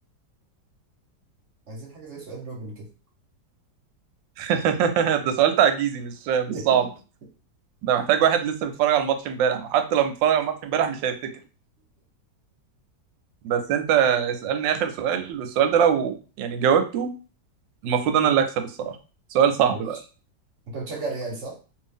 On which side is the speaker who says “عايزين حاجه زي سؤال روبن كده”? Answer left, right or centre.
Right